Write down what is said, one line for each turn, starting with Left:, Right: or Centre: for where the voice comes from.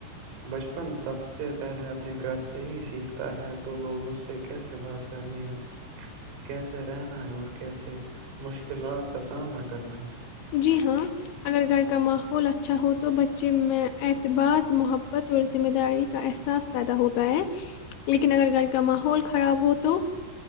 Right: بچپن سب سے پہلے اپنے گھر سے ہی سیکھتا ہے تو لوگ اس سے کیسے بات کرنی ہے کیسے رہنا ہے اور کیسے مشکلات کا سامنا کرنا ہے
Left: جی ہاں اگر گھر کا ماحول اچھا ہو تو بچے میں اعتبار محبت اور ذمہ داری کا احساس پیدا ہوتا ہے لیکن اگر گھر کا ماحول خراب ہو تو